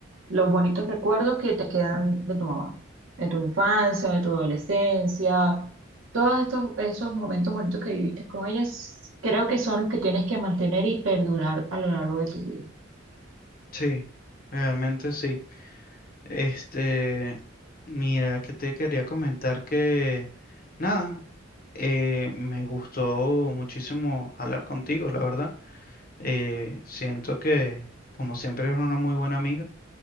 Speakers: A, on the right; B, on the left.
A: Los bonitos recuerdos que te quedan de tu mamá, de tu infancia, de tu adolescencia, todos estos, esos momentos bonitos que viviste con ellas, creo que son los que tienes que mantener y perdurar a lo largo de tu vida.
B: Sí, realmente sí. Este, mira, que te quería comentar que, nada, eh, me gustó muchísimo hablar contigo, la verdad. Eh, siento que, como siempre, eres una muy buena amiga.